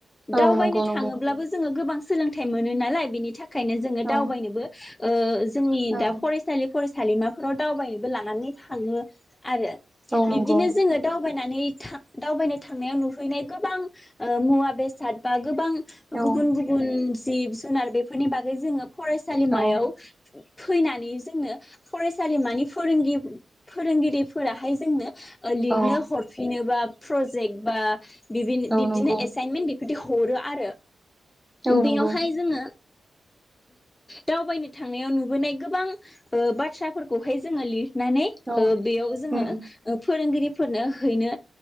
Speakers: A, on the left; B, in the centre.
A: दावबायनो
B: औ नंगौ नंगौ
A: थाङोब्लाबो जोङो गोबां सोलोंथाइ मोनो नालाय बेनि थाखाय बेखायनो जोङो
B: औ
A: दावबायनोबो ओ जोंनि
B: औ
A: दा फरायसालि फरायसालिमाफोराव दावबायनोबो लानानै थाङो आरो।
B: औ
A: बिबदिनो
B: नंगौ
A: जोङो दाव बायनानै था दावबायनो थांनायाव नुहैनाय गोबां ओ मुवा बेस सादबा गोबां
B: औ
A: गुबुन गुबुन जिब जुनार बेफोरनि बागै जोङो फरायसालिमायाव
B: औ
A: फैनानै जोंनो फरायसालिमानि फोरोंगि फोरोंगिरिफोराहाय जोंनो लिरनो
B: औ
A: हरफिनो बा प्रजेक्ट बा बिबिनि
B: औ
A: बिब्दिनो
B: नंगौ
A: एसाइनमेन्ट बिदि हरो आरो।
B: औ
A: बेयावहाय
B: नंगौ
A: जोङो दावबायनो थांनायाव नुबोनाय गोबां ओ बाथ्राफोरखौहाय जोङो लिर नानै
B: औ
A: ओ बेयाव जोङो
B: उम
A: फोरोंगिरि फोरनो हैनो